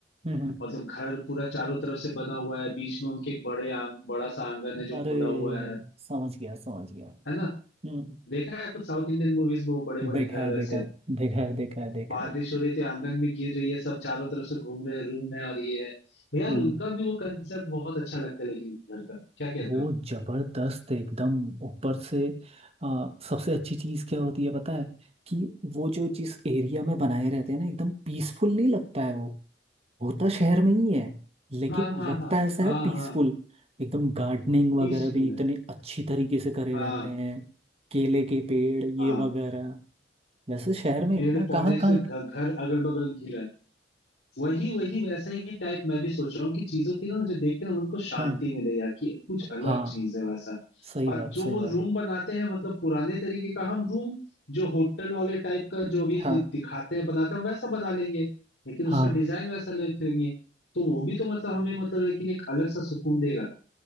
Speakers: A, on the right; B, on the left.
A: हम्म,
B: मतलब घर पूरा चारों तरफ से बना हुआ है बीच में उनके एक बड़े आंग, बड़ा सा आंगन है जो
A: अरे
B: खुला हुआ है
A: समझ गया समझ गया
B: है ना
A: हम्म
B: देखा है कुछ साउथ इंडियन मूवीज में वो बड़े बड़े
A: देखा
B: घर
A: है
B: वैसे
A: देखा है देखा है देखा है देखा
B: बारिश
A: है
B: हो रही थी आंगन में गिर रही है सब चारों तरफ से घूम रहे हैं रूम है और ये है यार
A: हम्म
B: उनका भी वो कंसेप्ट बहुत अच्छा लगता है लेकिन घर का क्या कहते
A: वो
B: हो
A: जबरदस्त एकदम ऊपर से आ, सबसे अच्छी चीज क्या होती है पता है कि वो जो जिस एरिया में बनाए रहते हैं ना एकदम पीसफुल नहीं लगता है वो होता शहर में ही है लेकिन
B: हाँ हाँ
A: लगता
B: हाँ
A: ऐसा
B: हाँ
A: है पीसफुल
B: हाँ
A: एकदम गार्डनिंग वगैरह
B: पीसफुल
A: भी इतने
B: है
A: अच्छी तरीके से करे
B: हाँ
A: रहते हैं केले के पेड़ ये
B: हाँ
A: वगैरह वैसे शहर में
B: पेड़
A: इतना
B: पौधे
A: कहाँ
B: से
A: कहाँ
B: घर घर अगल बगल घिरा है वही वही वैसा ही टाइप मैं भी सोच रहा हूँ कि चीजों की ना मुझे देख के ना मन को शांति
A: हाँ
B: मिले यार कि कुछ अलग
A: हाँ
B: चीज है वैसा
A: सही
B: और
A: बात
B: जो
A: सही
B: वो
A: बात
B: रूम बनाते हैं मतलब पुराने तरीके का हम रूम जो होटल वाले टाइप का जो भी
A: हाँ
B: दि- दिखाते हैं बनाते हैं हम वैसा बना लेंगे लेकिन उसका
A: हाँ
B: डिजाइन वैसा रखेंगे तो वो भी तो मतलब हमें मतलब लेकिन एक अलग सा सुकून देगा